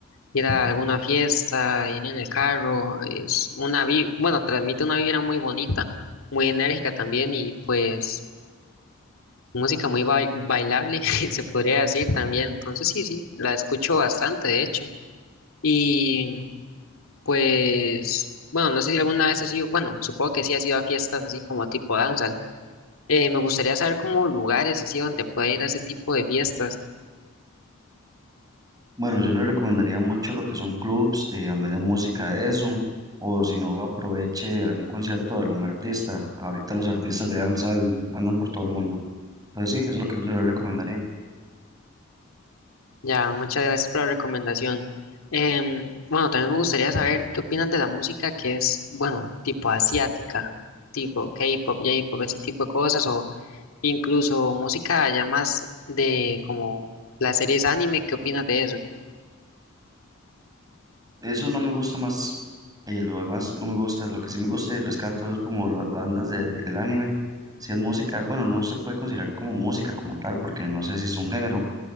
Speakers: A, on the left; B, on the right.
A: ir a alguna fiesta, ir en el carro, es una vi, bueno, transmite una vibra muy bonita, muy enérgica también y pues música muy bai- bailable, <laughs> se podría decir también. Entonces sí, sí, la escucho bastante, de hecho. Y pues, bueno, no sé si alguna vez has ido, bueno, supongo que sí has ido a fiestas así como tipo danza. eh, me gustaría saber como lugares así donde pueda ir a ese tipo de fiestas.
B: Bueno, yo le recomendaría mucho lo que son clubs, eh, donde haya música de eso, o si no, aproveche algún concierto de algún artista. Ahorita los artistas de danza al- andan por todo el mundo. Entonces sí, eso es lo que yo le recomendaría.
A: Ya, muchas gracias por la recomendación. Em, bueno, también me gustaría saber qué opinan de la música que es, bueno, tipo asiática, tipo K-pop, J-pop, ese tipo de cosas, o incluso música ya más de como las series anime, ¿qué opinas de eso?
B: Eso no me gusta más, eh, lo demás no me gusta, lo que sí me gusta y rescato es como las bandas de- del anime. Si es música, bueno, no se puede considerar como música como tal, porque no sé si es un género